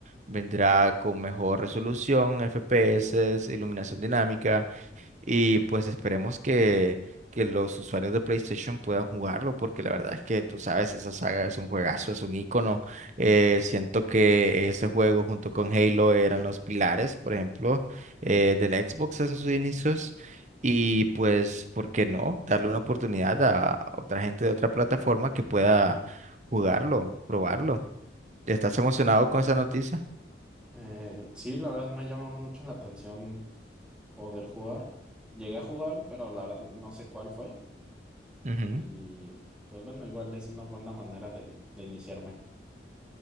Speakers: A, on the right (about 40°); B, in the centre.
A: vendrá con mejor resolución, FPS, iluminación dinámica. Y pues esperemos que, que los usuarios de PlayStation puedan jugarlo, porque la verdad es que tú sabes, esa saga es un juegazo, es un ícono. Eh, siento que ese juego junto con Halo eran los pilares, por ejemplo, eh, de la Xbox en sus inicios. Y pues, ¿por qué no? Darle una oportunidad a otra gente de otra plataforma que pueda jugarlo, probarlo. ¿Estás emocionado con esa noticia?
B: Eh, sí, la verdad me llama mucho la atención poder jugar. Llegué a jugar, pero la verdad no sé cuál fue.
A: Ujú.
B: Y pues bueno, igual es una buena manera de, de iniciarme.